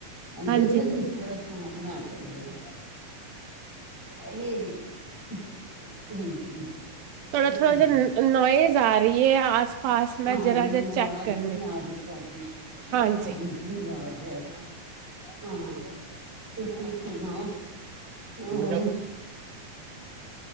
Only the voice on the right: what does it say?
ਹਾਂਜੀ
ਥੋੜਾ
ਥੋੜਾ
ਜਾ ਨੋ ਨੋਇਸ ਆ ਰਹੀ ਐ ਆਸ ਪਾਸ
ਮੈਂ ਜਰਾ
ਜ ਚੈੱਕ
ਕਰਨੀ
ਹਾਂਜੀ
ਹਾਂਜੀ